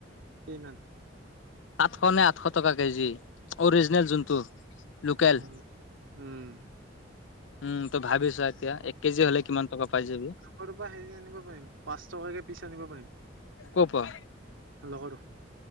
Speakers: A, on the right; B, on the left.
A: কিমান?
B: সাতশ নে আঠশ টকা কেজি, অৰিজিনেল যোনটো। লোকেল।
A: উম উম <unintelligible>
B: উম তই ভাবি চা এতিয়া এক কেজি হলে কিমান টকা পাই যাবি।
A: <unintelligible> সেনেকুৱা পাৰিম পাঁচ টকাকে পিছ আনিব পাৰিম।
B: কৰপৰা?
A: লগৰটোৰ